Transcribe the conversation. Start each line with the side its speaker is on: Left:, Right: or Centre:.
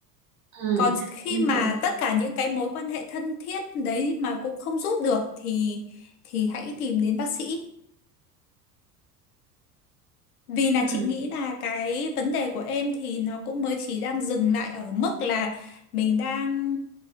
Right: Ừ,
Left: còn khi
Right: em
Left: mà
Right: cũng
Left: tất cả những cái mối quan hệ thân thiết đấy mà cũng không giúp được thì thì hãy tìm đến bác sĩ. Vì là
Right: ừ,
Left: chị nghĩ là cái vấn đề của em thì nó cũng mới chỉ đang dừng lại ở mức là mình đang